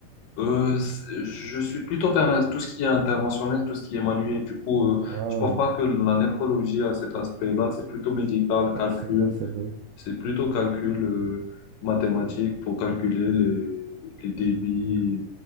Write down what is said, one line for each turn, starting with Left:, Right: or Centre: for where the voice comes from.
Left: euh, c'est- je suis plutôt vers tout ce qui est interventionnel, tout ce qui est manuel. Du coup, euh,
Right: Ah,
Left: je pense pas que la néphrologie a cet aspect-là. C'est plutôt médical,
Right: bah,
Left: calcul.
Right: c'est vrai, c'est vrai.
Left: C'est plutôt calcul euh, mathématique pour calculer les, les débits